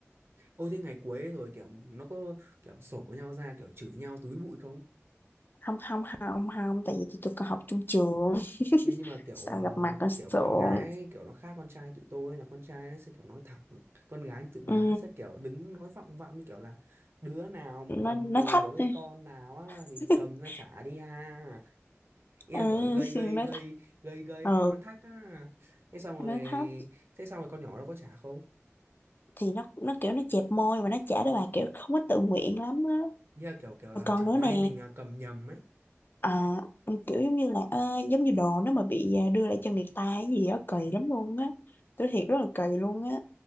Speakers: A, on the right; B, on the left.
A: ôi thế ngày cuối rồi kiểu nó có kiểu sổ với nhau ra kiểu chửi nhau túi bụi không
B: không không không không tại vì tụi tôi còn học chung trường <laughs>
A: Thế nhưng mà kiểu
B: sao
A: ờ,
B: gặp mặt nó
A: kiểu
B: sượng
A: con gái kiểu nó khác con trai tụi tôi là con trai nó sẽ kiểu nói thẳng con gái tụi bà
B: ừ,
A: nó sẽ kiểu đứng nói vọng vọng như kiểu là đứa nào mà
B: nó
A: cầm
B: nó
A: đồ
B: thách
A: của cái
B: đi.
A: con nào á
B: <laughs>
A: thì cầm ra trả đi à ý
B: ừ,
A: là kiểu gây gây
B: nói
A: gây
B: thách
A: gây gây
B: ừ
A: hay nói thách á thế xong rồi
B: nó thách
A: thế xong rồi con nhỏ nó có trả không
B: thì nó nó kiểu nó chẹp môi và nó trả lời bà kiểu không có tự nguyện lắm á
A: ý là kiểu kiểu là
B: còn
A: chẳng
B: nữa
A: may
B: nè
A: mình à, cầm nhầm ấy
B: à, kiểu giống như là ơ, giống như đồ nó mà bị à, đưa lại cho người ta hay gì á kỳ lắm luôn á tôi thiệt rất là kỳ luôn á